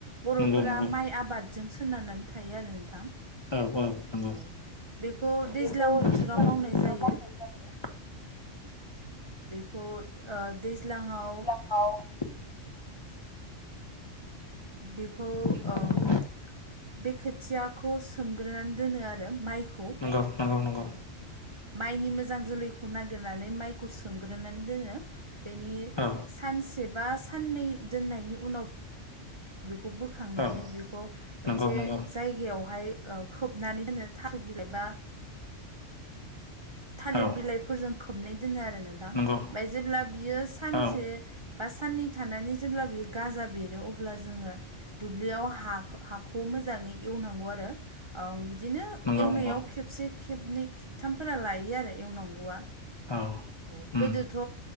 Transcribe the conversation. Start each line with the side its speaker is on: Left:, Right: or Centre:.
Right: बर'फोरा
Left: नंगौ नंगौ
Right: माइ आबादजों सोनारनानै थायो आरो नोंथां।
Left: औ औ नंगौ
Right: औ बेखौ
Left: बेखौ
Right: दैज्लां बोथोराव
Left: दैज्लां
Right: मावनाय
Left: बोथोराव
Right: जायो।
Left: मावनाय जायो
Right: बेखौ ओ दैज्लाङाव
Left: महाव <unintelligible>
Right: बेखौ
Left: बेखौ
Right: ओम
Left: ओ
Right: बे खोथिया खौ सोमग्रोनानै दोनो आरो माइखौ
Left: नंगौ नंगौ नंगौ
Right: औ माइनि मोजां जोलैखौ नागिरनानै माइखौ सोमग्रोनानै दोनो बेनि
Left: औ
Right: सानसे बा साननै दोननायनि उनाव बेखौ बोखांनानै
Left: औ
Right: बेखौ मोनसे
Left: नंगौ नंगौ
Right: जायगायावहाय औ खोबनानै दोनो थास' बिलाइ बा थालिर
Left: औ
Right: बिलाइफोरजों खोबनै दोनो आरो नोंथां
Left: नंगौ
Right: ओमफ्राय जेब्ला बियो सानसे
Left: औ
Right: बा साननै थानानै जेब्ला बियो गाजा बेरो अब्ला जोङो दुब्लियाव हा हाखौ मोजाङै एवनांगौ आरो ओं बिदिनो
Left: नंगौ
Right: एवनायाव
Left: नंगौ
Right: खेबसे खेबनै खेबथामफोरा लायो आरो एवनांगौआ
Left: औ
Right: औ
Left: उम
Right: गोदोथ'